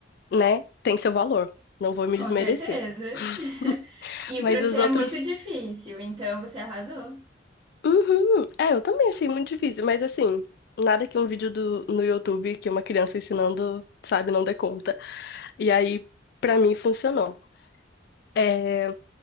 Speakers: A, on the left (about 60°); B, on the right (about 30°).
A: né, tem seu valor. Não vou me
B: Com
A: desmerecer.
B: certeza. <laughs>
A: <laughs>
B: E
A: Mas
B: o crochê
A: os
B: é
A: outros.
B: muito difícil, então você arrasou.
A: Uhum. É, eu também achei muito difícil, mas assim, nada que um vídeo do, no YouTube que uma criança ensinando, sabe, não dê conta. E aí, pra mim, funcionou. É,